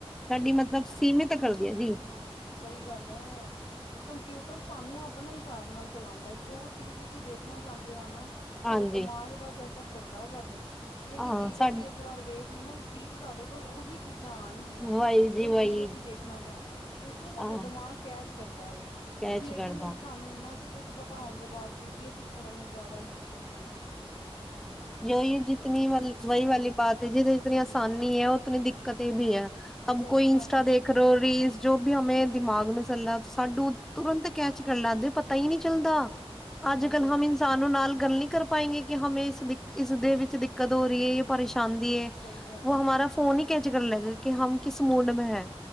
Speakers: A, in the centre; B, on the left.
A: ਸਾਡੀ ਮਤਲਬ ਸੀਮਤ ਕਰਦੀਆ ਜੀ।
B: ਸਈ ਗੱਲ ਐ। ਕੰਪਿਊਟਰ ਸਾਨੂੰ ਆਪਣੇ ਹਿਸਾਬ ਨਾਲ ਚਲਾਂਦਾ ਐ ਜੋ ਚੀਜ਼ ਅਸੀਂ ਦੇਖਣਾ ਚਾਂਦੇ ਆਂ ਨਾ ਸਾਡੇ
A: ਹਾਂਜੀ
B: ਦਿਮਾਗ ਦਾ ਚੈਕਅਪ ਕਰਦਾ ਓ ਪੈਲੇ ਜੇੜੀ
A: ਹਾਂ
B: ਚੀਜ਼
A: ਸਾ
B: ਅਸੀਂ ਇੱਕ ਵਾਰ ਵੇਖ ਲਈ ਨਾ ਰਿਪੀਟ ਸਾਡੇ ਕੋਲ ਓਹੀ ਚੀਜਾਂ ਆਂਣਗੀਆਂ
A: ਵਹੀ
B: ਜੋ
A: ਜੀ ਵਹੀ
B: ਚੀਜ਼ ਅਸੀਂ ਦੇਖ ਦੇਖਨਾ ਚਾਨੇ ਆਂ ਕਿਉਂਕਿ ਓ ਸਾਡਾ
A: ਹਾਂ
B: ਦਿਮਾਗ ਕੈਚ ਕਰਦਾ ਓ,
A: ਕੈਚ
B: ਲੇਕਿਨ
A: ਕਰਦਾ
B: ਸਾਨੂੰ ਇੰਨਾ ਕੁਛ ਪਤਾ ਹੋਣ ਦੇ ਬਾਵਜੂਦ ਵੀ ਅਸੀਂ ਫੋਨ ਨੂੰ ਜਾਦਾ ਯੂਜ਼ ਕਰਦੇ ਆਂ।
A: ਯਈ ਆ ਜਿਤਨੀ ਮਤਲ ਵਈ ਵਾਲੀ ਬਾਤ ਐ ਜਿ ਜਿਤਨੀ ਅਸਾਨੀ ਐ ਓਤਨੀ ਦਿੱਕਤੇ ਵੀ ਐ। ਅਬ
B: ਸਹੀ
A: ਕੋਈ
B: ਗੱਲ
A: ਇੰਸਟਾ
B: ਹੈ
A: ਦੇਖ <unintelligible> ਜੋ ਵੀ ਹਮੇ ਦਿਮਾਗ ਮੇ ਚਲ ਰਹਾ ਸਾਡੂ ਤੁਰੰਤ ਕੈਚ ਕਰ ਲਾਦੇ ਸਾਨੂੰ ਪ ਤਾ ਈ ਨੀ ਚੱਲਦਾ। ਅੱਜ-ਕੱਲ
B: ਹਾਂਜੀ ਹਾਂਜੀ
A: ਹਮ ਇਨਸਾਨੋ ਨਾਲ ਗੱਲ ਨੀ ਕਰ ਪਾਏਂਗੇ ਕੀ ਹਮੇ ਇਸ ਦਿੱਕਤ ਇਸ ਦੇ ਵਿਚ ਦਿੱਕਤ ਹੋ ਰਈ ਏ ਯੇ ਪਰੇਸ਼ਾਂਦੀ ਐ,
B: ਸਹੀ ਗੱਲ
A: ਵੋ
B: ਹੈ
A: ਹਮਾਰਾ ਫੋਨ ਈ ਕੈਚ ਕਰ ਲੇਗਾ ਕੀ ਹਮ ਕਿਸ ਮੂਡ ਮੇਂ ਹੈ।